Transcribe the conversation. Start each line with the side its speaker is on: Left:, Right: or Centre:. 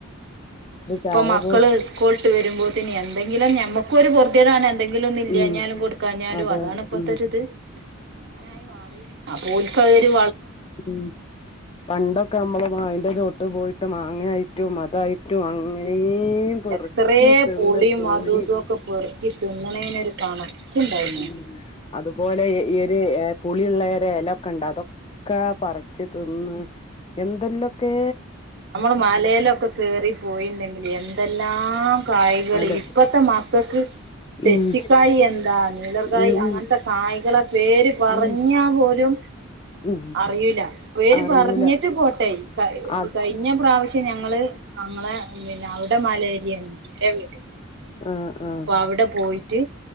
Right: ഇപ്പൊ
Left: ചായ
Right: മക്കള്
Left: പോ
Right: സ്കൂള്ട്ട് വരുമ്പോത്തിന് എ എന്തെങ്കിലും ഞമ്മക്കൊരു പൊറ്ത്യേടാണ് എന്തെങ്കിലൊന്ന് ഇല്ല്യാഞ്ഞാലും
Left: ഉം
Right: കൊടുക്കാഞ്ഞാലും
Left: അതെ
Right: അതാണ് ഇപ്പത്തൊരിത്
Left: ഉം
Right: അങ്ങനെയി മാറി അപ്പോ ഓൽക്ക് അഒരു
Left: ഉം പണ്ടൊക്കെ അമ്മള് മാവിന്റെ ചോട്ട് പോയിട്ട് മാങ്ങയായിറ്റും ഇതായിട്ടും അങ്ങനേം പെറ്ക്കി
Right: എത്രേ
Left: തിന്ന്
Right: പുളിയും
Left: പോളീ
Right: അതും ഇതൊക്കെ പെറുക്കി തിന്നണേനൊരു കണക്കുണ്ടായിന്
Left: ഉം അതുപോലെ ഈ ഒര് പുളിയ്ള്ളെരെ എലൊക്കെണ്ട് അതൊക്കെ പറച്ച് തിന്ന് എന്തെല്ലൊക്കേ
Right: അമ്മള് മലേലൊക്കെ കേറി പോയിണ്ടെങ്കില് എന്തെല്ലാം കായികള്
Left: അതെ
Right: ഇപ്പത്തെ മ മക്കക്ക് തെച്ചിക്കായി
Left: ഉം
Right: എന്താ നീലർകായി
Left: ഉം
Right: അങ്ങനത്തെ
Left: ഉം
Right: കായികളെ പേര് പറ
Left: ഉം
Right: ഞാ പോലും
Left: ഉം
Right: അറിയ്ല പേര്
Left: അറിയൂല
Right: പറഞ്ഞിട്ട് പോട്ടെ കഴ്
Left: അത്
Right: കഴിഞ്ഞ പ്രാവ്ശ്യം ഞങ്ങള് നങ്ങളെ പിന്നെ അവടെ മലേരിയാണ് ന്റെ വീട്ടില്,
Left: ആഹ് ആഹ്
Right: അപ്പൊ അവടെ പോയി